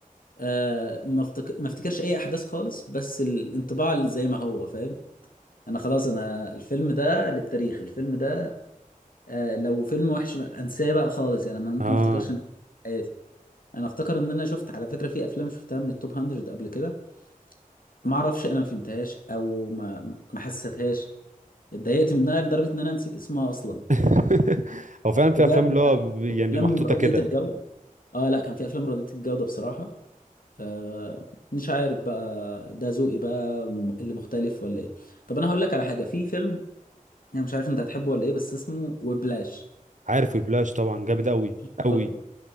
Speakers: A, on the left (about 75°); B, on the right (about 60°).
A: آه ما افتك... ما افتكرش اي احداث خالص بس الانطباع اللي زي ما هو فاهم انا خلاص انا الفيلم ده للتاريخ الفيلم ده آه لو فيلم وحش انساه بقى خالص يعني انا ممكن
B: اه
A: ما افتكرش إن- حياتي انا افتكر ان انا شفت على فكره في افلام شفتها من التوب 100 قبل كده ما اعرفش انا ما فهمتهاش او ما ما حسيتهاش اتضايقت منها لدرجه ان انا نسيت اسمها اصلا
B: <laughs> هو فعلا في
A: بجد
B: افلام اللي هو ب- يعني
A: افلام
B: محطوطه
A: رديئه
B: كده
A: الجوده اه لا كان في افلام رديئه الجوده بصراحه آه، مش عارف بقى ده ذوقي بقى اللي مختلف ولا ايه طب انا هقول لك على حاجه في فيلم انا مش عارف انت هتحبه ولا ايه بس اسمه وبلاش
B: عارف ويبلاش طبعا جامد قوي
A: شفته
B: قوي